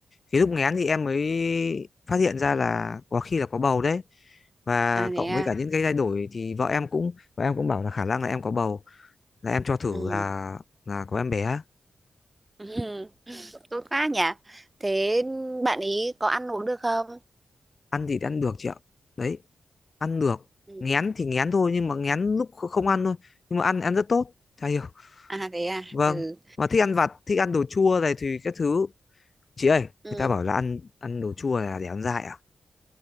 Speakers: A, on the left; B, on the right.
A: cái lúc nghén thì em mới phát hiện ra là có khi là có bầu đấy. Và
B: À thế
A: cộng
B: à.
A: với cả những cái thay đổi thì vợ em cũng vợ em cũng bảo là khả năng là em có bầu, là em cho thử
B: Ừ.
A: là là có em bé.
B: Ừ, Tốt quá nhỉ. Thế bạn ý có ăn uống được không?
A: Ăn thì ăn được chị ạ. Đấy, ăn được.
B: Ừ.
A: Nghén thì nghén thôi nhưng mà nghén lúc kh- không ăn thôi, nhưng mà ăn ăn rất tốt. Chả hiểu.
B: À thế à.
A: Vâng.
B: Ừ.
A: Mà thích ăn vặt, thích ăn đồ chua này thì các thứ chị ơi, người
B: Ừ.
A: ta bảo là ăn ăn đồ chua là để ăn dại à?